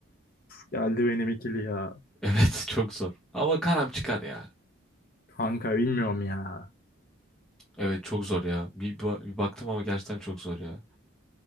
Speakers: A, on the left; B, in the centre.
A: Geldi benim ikili ya.
B: <laughs> Evet çok zor. Ama karam çıkar ya.
A: Kanka bilmiyorum ya.
B: Evet çok zor ya. Bir, ba- bir baktım ama gerçekten çok zor ya.